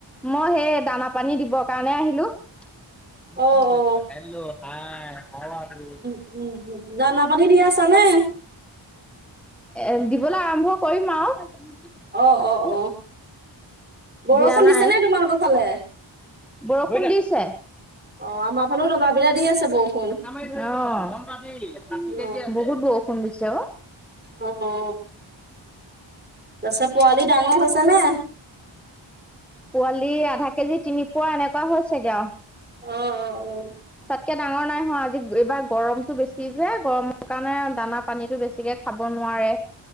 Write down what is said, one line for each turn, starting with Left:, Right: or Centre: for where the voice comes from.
Centre: মই সেই দানা পানী দিবৰ কাৰণে আহিলো। <unintelligible>
Right: অ অ উম উম দানা পানী দি আছা নে?
Centre: এ দিবলৈ আৰম্ভ কৰিম আৰু
Right: অ অ অ বৰষুণ
Centre: দিয়া নাই
Right: দিছে নে তোমালোকৰ ফালে?
Centre: বৰষুণ দিছে।
Right: অ আমাৰ ফালেও ডবাপিতা দি আছে বৰ।
Centre: অ বহুত
Right: অ
Centre: বৰষুণ দিছে অ।
Right: অ অ তাৰপিছত পোৱালি ডাঙৰ হৈছে নে?
Centre: পোৱালি আধা কেজি তিনি পোৱা এনেকুৱা হৈছেগে আৰু।
Right: অ অ অ।
Centre: তাতকে ডাঙৰ নাই হোৱা আজি এইবাৰ গৰমতটো বেছি যে গৰমৰ কাৰণে দানা পানীতো বেছিকে খাব নোৱাৰে।